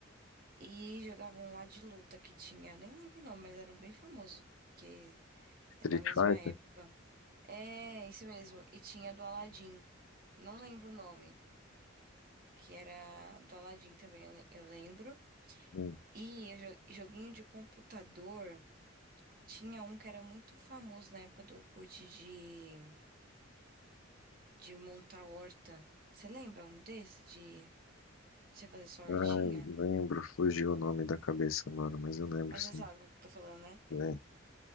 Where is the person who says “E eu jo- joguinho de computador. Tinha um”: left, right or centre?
Right